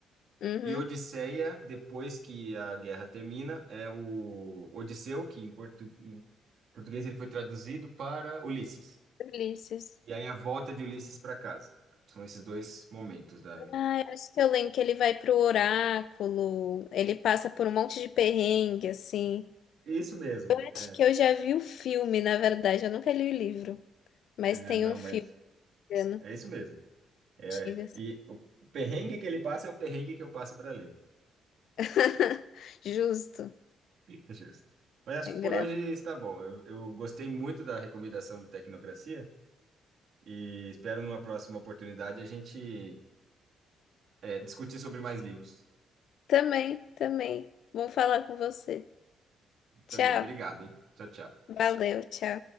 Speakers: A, on the left (about 70°); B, on the right (about 65°).
A: Uhum.
B: e Odisseia, depois que a guerra termina, é o Odisseu, que em, portu- em português ele foi traduzido para Ulisses.
A: Ulisses.
B: E aí a volta de Ulisses para casa. São esses dois momentos da...
A: Ah, eu acho que eu lembro que ele vai pro oráculo, ele passa por um monte de perrengue, assim.
B: Isso mesmo,
A: Acho
B: é.
A: que eu já vi o filme, na verdade, eu nunca li o livro, mas
B: É,
A: tem
B: não,
A: um filme,
B: mas
A: né,
B: é isso mesmo. É,
A: antigas.
B: e o perrengue que ele passa é o perrengue que eu passo para ler.
A: <laughs> Justo,
B: <laughs> Justo. Mas acho
A: é
B: que
A: engraçado.
B: por hoje está bom. Eu, eu gostei muito da recomendação do Tecnocracia e espero numa próxima oportunidade a gente eh, discutir sobre mais livros
A: Também, também. Bom falar com você. Tchau,
B: também. Obrigado, hein? Tchau, tchau.
A: valeu, tchau.